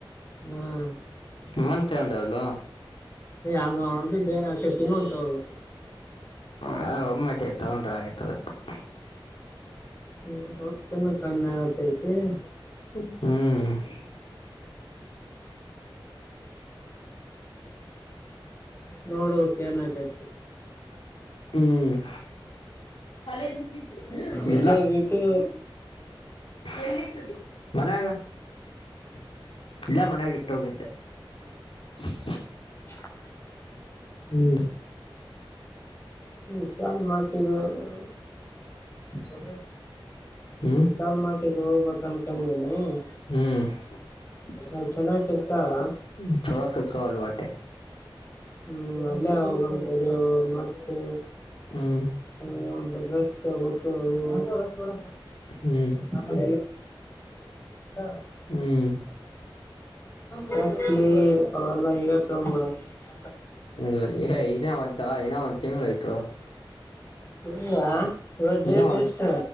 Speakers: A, on the left; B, on the left.
A: ಹೂ. <inaudible>
B: ಮಂತ್ ಎಂಡ್ ಅಲ್ಲೋ? <inaudible>
A: ಅದು, ಏನೋ, ಬೇಗ, ತಿನ್ನು ಅಂತ ಹೇಳ್ಬೇಕು? <inaudible>
B: ಹ, ಒಮ್ಮಟಿ, ತಗೊಂಡ್ರೆ ಆಗೋಯ್ತು ನೋಡಪ್ಪ? <inaudible>
A: ಹ್ಮ, ರೊಕ್ಕನ್ನು, ಕಮ್ಮಿ, ಆಗಾಗೈತಿ! <inaudible>
B: ಹ್ಮ್. <inaudible>
A: ನೋಡುಬೇಕು, ಏನಿಕೈತಿ? <inaudible>
B: ಹ್ಮ್. <inaudible> ಕಾಲೇಜು, ಹೋಗುತ್ತಿದ್ದಿ,
A: ಅದೇ
B: ಇಲ್ಲ,
A: ಬಿಟ್ಟು
B: ಎಲ್ಲಿ. <unintelligible> ಎಲ್ಲಿ, ಮನ್ಯಾಗ! <inaudible> ಇಲ್ಲ, ಮನೆಗ, ಇಟ್ಟೋಗಿದ್ದೆ! <inaudible>
A: <unintelligible> <inaudible>
B: ಹ್ಮ್. <inaudible>
A: ವಿಶಾಲ, ಮಾರ್ಟಿನವರು? <unintelligible>
B: ಹ್ಮ್
A: ವಿಶಲ್, ಮಾರ್ಟಿಗೆ, ಹೋಗ್ಬೇಕು ಅನ್ಕೊಂಡೆನು? <unintelligible>
B: ಹ್ಮ್. <inaudible>
A: ಅಲ್ಲಿ ಸುಮಾರ್ ಸಿಕ್ತಾ? <inaudible>
B: ಹ್ಮ್ಮ್, ಚಲೋ, ಸಿಕ್ತಾವ! ಅಲ್ಲಿ, ಬಟ್ಟೆ? <inaudible>
A: ಹ್ಮ್, ಅಲ್ಲೇ, ಹೋಗಂ, ತಡಿ, ಮತ್ತೆ? <unintelligible>
B: ಹ್ಮ್
A: ಹ್ಮ್ಮ್, ಬಿಸಿನೆಸ್ ಕೊಡಬೇಕು, ಹೂ... <unintelligible> ತಗೋಬೇಕು,
B: ಹ್ಮ್
A: ಊಟನ್ನಾ? <unintelligible>
B: ಹ್ಮ್. <unintelligible>
A: ಚಕ್ಲಿ, ಅವೆಲ್ಲ, ಇಲ್ಲೆ ತಗೊಂಡ್ಬಿಡು? <unintelligible>
B: ಹ್ಮ್, ಹೀರೋ, ಮತ್ತು, ನಿನ್ನ ಒಂದು, ತಿಂಗಳಾಯತೋ? <inaudible>
A: ಹೇಳಿಯ, ಪೆಡಿಪೇಸ್ಟು...
B: ಇನ್ನ ಒಂದ